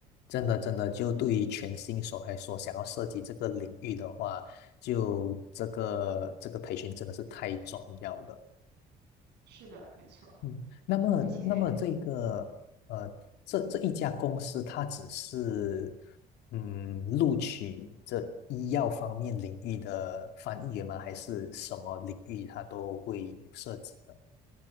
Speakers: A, on the left; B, on the right.
A: 真的真的，就对于全新手来说，想要涉及这个领域的话，就这个这个培训真的是太重要了。
B: 是的，没错。
A: 嗯，那么，
B: 而且
A: 那么这个呃，这这一家公司，它只是嗯录取这医药方面领域的翻译员吗？还是什么领域它都会有涉及的？